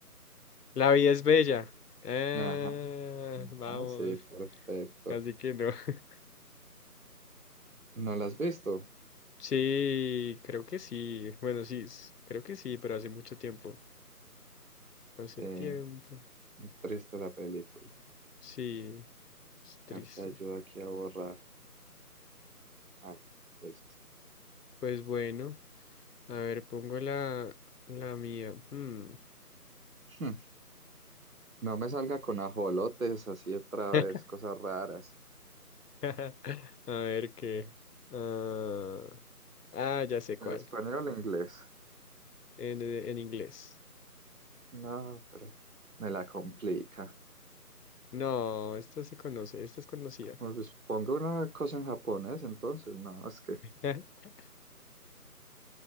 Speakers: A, on the left; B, on the right.
A: La vida es bella. Ah,
B: Ajá.
A: vamos.
B: Ah, sí, perfecto.
A: Así que no. <laughs>
B: ¿No la has visto?
A: Sí, creo que sí. Bueno, sí, s- creo que sí, pero hace mucho tiempo. Hace
B: Sí,
A: tiempo.
B: triste la película.
A: Sí, es triste.
B: A ver, Te ayuda aquí a borrar. Ay, listo.
A: Pues bueno, a ver, pongo la, la mía. Hmm.
B: Hmm, No me salga con ajolotes así otra
A: <laughs>
B: vez, cosas raras.
A: A ver qué. ah, ah, ya sé cuál.
B: ¿En español o inglés?
A: En, en inglés.
B: No, pero me la complica.
A: No, esta se conoce, esta es conocida.
B: Bueno, Pues ponga una cosa en japonés, entonces, no, es que.
A: <laughs>